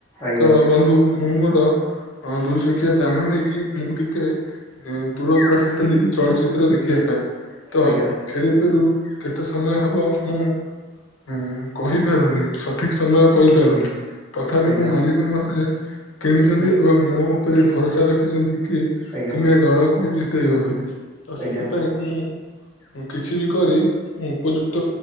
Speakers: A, on the left (about 20°); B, on the left (about 80°).
A: ଆଜ୍ଞା
B: ତ ବନ୍ଧୁ ମୁଁ ମୋର ଦୁଇ ଚକିଆ ଯାନ ନେଇକି ମୁଁ ଟିକେ ଦୂରକୁ ଆସିଥିଲି ଚଳଚିତ୍ର ଦେଖିବା ପାଇଁ ତ
A: ଆଜ୍ଞା
B: ଫେରୁ ଫେରୁ କେତେ ସମୟ ହବ ମୁଁ ହୁଁ କହିପାରୁନି ସଠିକ ସମୟ କହିପାରୁନି ତଥାପି
A: ଆଜ୍ଞା
B: ମୋ ମାଲିକ ମୋତେ କିଣିଛନ୍ତି
A: ହୁଁ
B: ଏବଂ ମୋ ଉପରେ ଭରସା ରଖିଛନ୍ତି କି
A: ଆଜ୍ଞା
B: ତମେ ଦଳକୁ ଜିତେଇବ ବୋଲି ତ
A: ଆଜ୍ଞା
B: ସେଥିପାଇଁ ମୁଁ କିଛି ବି କରି ମୁଁ ଉପଯୁକ୍ତ